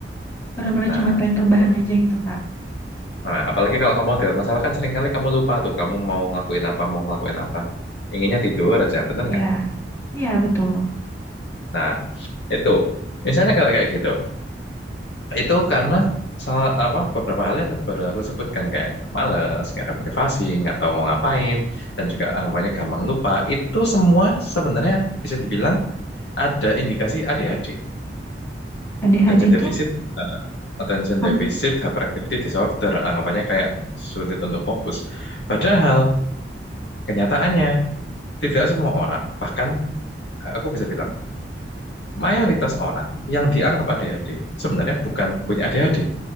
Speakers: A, on the left (about 15°); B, on the left (about 75°).
A: benar-benar
B: nah
A: cuma pengen terbahan
B: gitu.
A: aja gitu, Kak.
B: Nah, apalagi kalau kamu ada masalah kan seringkali kamu lupa tuh kamu mau ngelakuin apa mau ngelakuin apa inginnya tidur aja bener
A: Ya,
B: nggak
A: ya betul.
B: nah itu misalnya kalau kayak gitu Itu karena salah apa beberapa hal yang tadi baru aku sebutkan kayak malas, nggak ada motivasi, nggak tahu mau ngapain, dan juga anggapannya gampang lupa. Itu semua sebenarnya bisa dibilang ada indikasi ADHD,
A: ADHD
B: attention deficit,
A: tuh,
B: eh, attention
A: ah,
B: deficit hyperactivity disorder, anggapannya kayak sulit untuk fokus. Padahal kenyataannya tidak semua orang, bahkan aku bisa bilang mayoritas orang yang dianggap ADHD sebenarnya bukan punya ADHD.